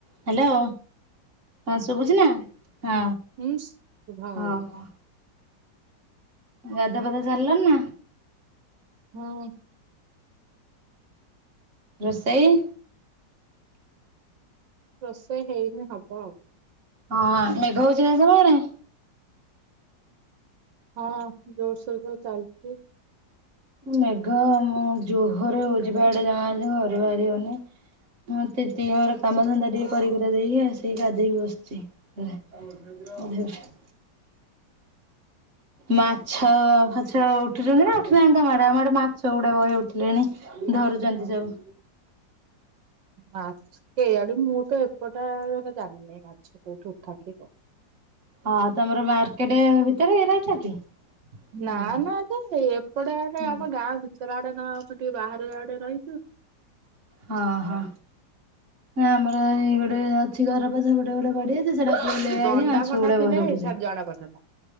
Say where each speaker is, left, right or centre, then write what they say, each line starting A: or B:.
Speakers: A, on the right; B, on the right.
A: Hello. ହଁ ଶୁଭୁଛି ନା, ହଁ
B: ହୁଁ ଶୁଭାଗଲା
A: ହଉ ହଉ। ଗାଧୁଆ ପାଧୁଆ ସାରିଲଣି ନା?
B: ହଁ।
A: ରୋଷେଇ?
B: ରୋଷେଇ ହେଇନି ହବ ଆଉ।
A: ହଁ ମେଘ ହଉଛି ନା ସବୁଆଡେ?
B: ହଁ ଜୋରସୋରରେ ଚାଲିଛି।
A: ମେଘ ମୁଁ ଜୋହରେ ହଉଛିିବା ଏଇଆଡ଼େ ଜମା ଘରୁ ବାହାରିିହଉନି। ମତେ ଟିକେ ମୋର କାମ ଧନ୍ଧା ଟିକେ କରି କୁରା ଦେଇକି ସେଇ ଗାଧେଇକି ବସିଛି ପରା। ଆ <unintelligible> ମାଛ ଫାଛ ଉଠୁଛନ୍ତି ନା ଉଠୁନାହାନ୍ତି? ତମ ଆଡେ ଆମ ଆଡେ ମାଛ ଗୁଡା ବହେ ଉଠି ଲେଣି ଧରୁଛନ୍ତି ସବୁ।
B: ମାଛ କେଜାଣି ମୁଁ ତ ଏପଟା ଜାଣିନି ମାଛ କୋଉଠି ଉଠନ୍ତି କଣ।
A: ହଁ ତମର ମାର୍କେଟ ଭିତରେ ରହିଛ କି?
B: ନା
A: ହୁଁ
B: ନା ଯେ ଏପଟେ ଆଡେ
A: ହଁ
B: ଆମ ଗାଁ ଭିତର ଆଡେ ନ ଟିକେ ବାହାର ଆଡେ ରହିଛୁ।
A: ହଁ ହଁ, ନା ଆମର ଏଇ ଗୋଟେ ଅଛି ଘର ପଛ ପଟେ ଗୋଟେ ଗଡିଆ ସେଟା ଫୁଲ ହେଇଯାଇଛି
B: ଦଣ୍ଡା
A: ମାଛ
B: ଫଣ୍ଡା
A: ଗୁଡା
B: ଥିଲେ
A: ବହେ ଉଠୁଛନ୍ତି।
B: ଛାଁ ଜଣା ପଡିଥାନ୍ତା,